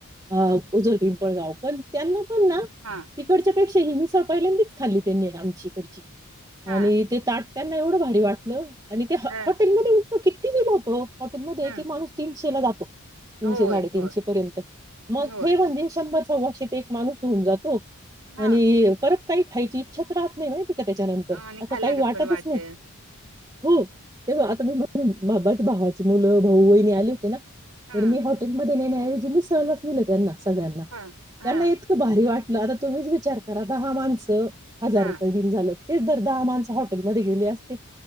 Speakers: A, on the right; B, on the right.
A: हा ओझर पिंपळगाव. पण त्यांना पण ना
B: हा
A: तिकडच्या पेक्षा मिसळ पाहिल्यांदीच खाल्ली त्यांनी आमची इकडची.......
B: हा
A: आणि ते ताट.... त्यांना एवढं भारी वाटलं... आणि ते हॉ-हॉटेलमध्ये..
B: अ
A: किती विल होतो? हॉटेलमध्ये
B: ह
A: एक एक माणूस तीन....... <unintelligible> जातो तीनशे
B: होय
A: साडेतीनशे
B: होय
A: पर्यंत मग
B: होय
A: हे म्हणजे शंभर..... वर्षात एक माणूस होऊन जातो.....
B: हा
A: आणि परत...... काही खायची इच्छाच राहत नाही.. <unintelligible> त्याच्यानंतर
B: आणि
A: असं
B: खाल्ल्यागत
A: काही वाटतच
B: पण वाटेल
A: नाही. हो ते आता म्हणेन बाबा भावाचे मुलं भाऊ वहिणी आले होते ना.
B: हा
A: तर मी हॉटेलमध्ये गेले. ते जींनी सहज दिले त्यांना सगळ्यांना
B: हा हा
A: त्यांना इतकं भारी वाट दादा तुम्हीच वि विचार करा दहा माणसं हजार
B: हा
A: रुपये बिल झालं तेच जर दहा माणस हॉटेमध्ये गेले असत. ते